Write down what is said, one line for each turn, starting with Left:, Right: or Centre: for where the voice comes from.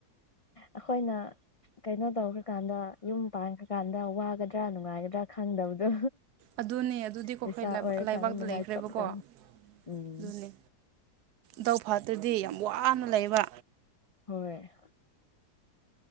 Left: ꯑꯩꯈꯣꯏꯅ ꯀꯩꯅꯣ ꯇꯧꯈ꯭ꯔꯀꯥꯟꯗ ꯌꯨꯝ ꯄꯥꯟꯈ꯭ꯔꯀꯥꯟꯗ ꯋꯥꯒꯗ꯭ꯔꯥ ꯅꯨꯡꯉꯥꯏꯒꯗ꯭ꯔꯥ ꯈꯪꯗꯕꯗꯣ
Right: ꯑꯗꯨꯅꯦ ꯑꯗꯨꯗꯤꯀꯣ
Left: ꯂꯩꯁꯥ
Right: ꯑꯩꯈꯣꯏ
Left: ꯑꯣꯏꯔꯀꯥꯟꯗ
Right: ꯂꯩꯕꯥꯛꯇ
Left: ꯅꯨꯡꯉꯥꯏꯊꯣꯛꯇꯕꯅꯤ
Right: ꯂꯩꯈ꯭ꯔꯦꯕꯀꯣ ꯑꯗꯨꯅꯦ
Left: ꯎꯝ
Right: ꯗꯥꯎ ꯐꯠꯇ꯭ꯔꯗꯤ ꯌꯥꯝ ꯋꯥꯅ ꯂꯩꯕ
Left: ꯍꯣꯏ